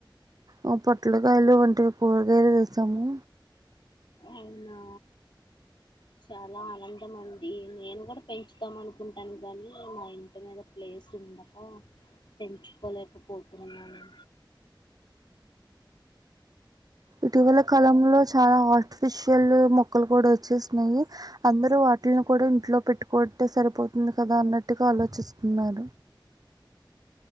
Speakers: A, on the right (about 50°); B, on the left (about 70°).
A: ఆ పొట్లకాయలు వంటివి కూరగాయలు వేసాము
B: అవునా చాలా ఆనందం అండి నేను కూడా పెంచుతాం అనుకుంటాను గానీ, మా ఇంటి మీద ప్లేస్ ఉండక పెంచుకోలేకపోతున్నాను.
A: ఇటీవల కాలంలో చాలా ఆర్టిఫిషియల్ మొక్కలు కూడా ఓచేసినాయి, అందరు వాటిని కూడా ఇంట్లో పెట్టుకోవటే సరిపోతుంది కదా అన్నట్టుగా ఆలోచిస్తున్నారు.